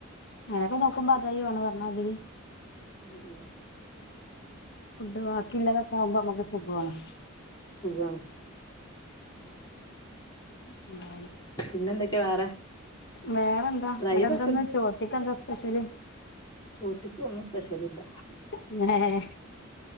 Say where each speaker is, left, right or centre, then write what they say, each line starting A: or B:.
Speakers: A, on the left (about 55°); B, on the left (about 20°).
A: അങ്ങനൊക്കെ നോക്ക്പോ അതായി ഈയ് പറഞ്ഞമാതിരി
B: ഉം ഉം
A: ഫുഡ് ബാക്കില്ലത് ഒക്കെ ആകുമ്പോ നമുക്ക് സുഖു ആണ്
B: സുഖാണ്
A: <unintelligible>
B: പിന്നെന്തൊക്കെയാ വേറെ
A: വേറെ എന്താ
B: ട്രൈ
A: അടെ
B: ചെയ്തോക്കണ്ടി
A: എന്താന്ന് ചോറ്റ്ക്ക് എന്താ സ്പെഷ്യല്
B: ചോറ്റ്ക്ക് ഒന്നും സ്പെഷ്യലില്ല
A: <unintelligible>